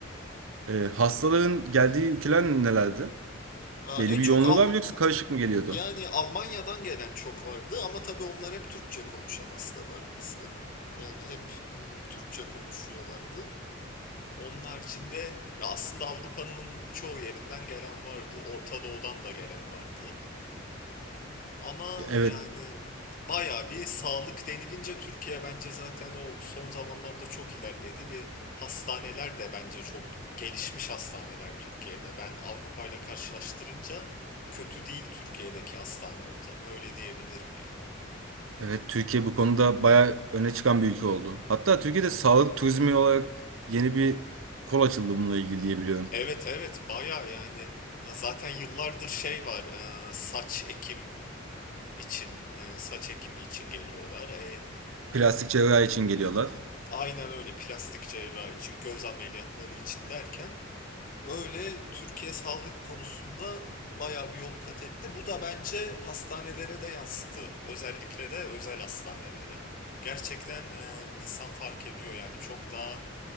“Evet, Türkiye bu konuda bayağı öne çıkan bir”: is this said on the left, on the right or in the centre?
Right